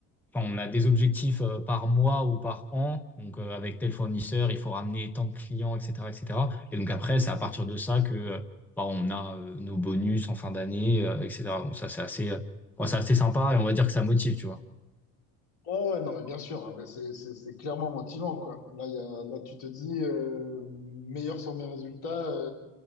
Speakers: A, in the centre; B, on the left.
A: Enfin, on a des objectifs euh, par mois ou par an. Donc, euh, avec tel fournisseur, il faut ramener tant de clients, etc., etc. Et cetera. Et donc après, c'est à partir de ça que, euh, bah, on a euh, nos bonus en fin d'année, euh, etc. Donc ça, c'est assez, euh, ouais, c'est assez sympa et on va dire que ça motive, tu vois.
B: Oh ouais, non, mais bien sûr, ah ben c'est c'est- c'est clairement motivant, quoi. Là, il y a, là tu te dis, euh, meilleurs sont mes résultats,